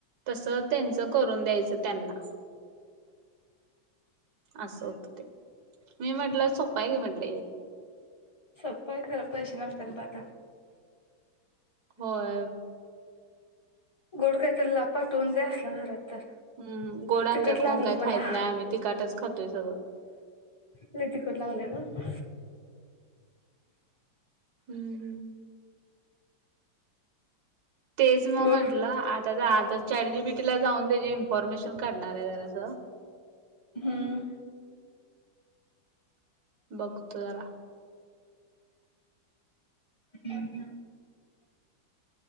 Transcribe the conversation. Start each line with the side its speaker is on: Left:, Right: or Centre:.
Right: तसं, त्यांचं करून द्यायचं त्यांना. असं होतं ते. मी म्हंटलं, सोपा आहे की, म्हटलं हे.
Left: सोप खर पैसे लागतात ब आता
Right: होय
Left: गोड कायतला पाठवून दया असलं घरात तर
Right: हम् गोड आमच्यात
Left: तिखट लागलय
Right: कोण काही
Left: मला
Right: खायत नाही आम्ही तीखाटच खातोय सगळं
Left: लय तिकट लागलंय ग
Right: हम्म तेच मग
Left: बोल
Right: म्हंटलं आता आज चॅटजी बीटी ला जाऊन त्याची इन्फोरमेशन काढणार आहे जरासं
Left: हम्म
Right: बघतो जरा
Left: हम्म हम्म